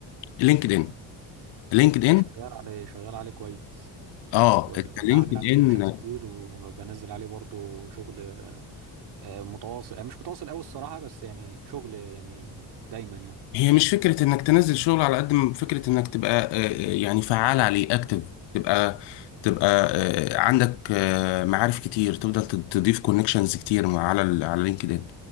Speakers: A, on the left (about 85°); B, on the right (about 70°).
A: لينكد ان لينكد ان
B: عليه شغال عليه كويس
A: اه
B: وعامل
A: انت لينكد
B: عليه
A: ان
B: كونكشنز كتير وبنزل عليه برضو شغل آه، آه، متواصل آه، مش متواصل قوي الصراحة بس يعني شغل يعني دايما يعني
A: هي مش فكرة انك تنزل شغل على قد ما فكرة انك تبقى آه، آه، يعني فعال عليه اكتف تبقى تبقى آه، عندك آه، معارف كتير تفضل تض- تضيف كونكشنز كتير مع- على ال- على لينكد ان